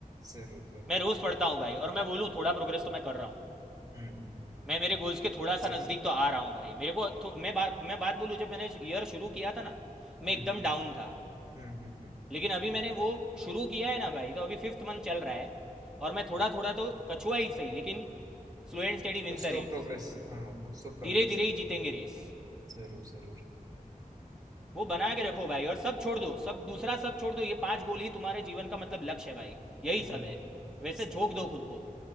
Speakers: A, on the right; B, in the centre.
A: जरूर जरूर
B: मैं रोज पढ़ता हूँ भाई और मैं बोलूँ थोड़ा प्रोग्रेस तो मैं कर रहा हूँ
A: हम्म हम्म,
B: मैं मेरे गोल्स के थोड़ा
A: अच्छी
B: सा नज़दीक
A: बात
B: तो आ रहा हूँ भाई मेरे को थो- मैं बात मैं बात बोलूँ जब मैंने ईयर शुरू किया था ना मैं
A: हम्म
B: एकदम
A: हम्म
B: डाउन था
A: हम्म हम्म हम्म।
B: लेकिन अभी मैंने वो शुरू किया है ना भाई तो अभी फिफ्थ मंथ चल रहा है और मैं थोड़ा थोड़ा तो कछुआ ही सही लेकिन slow and steady wins
A: कुछ
B: the
A: तो
B: race
A: प्रोग्रेस हाँ कुछ तो प्रोग्रेस
B: धीरे धीरे
A: है
B: ही जीतेंगे रेस
A: जरूर जरूर
B: वो बना के रखो भाई और सब छोड़ दो सब दूसरा सब छोड़ दो ये पांच गोल ही तुम्हारे जीवन का मतलब लक्ष्य है भाई यही
A: हम्म
B: सब है
A: हम्म
B: वैसे
A: जरूर
B: झोंक दो खुद को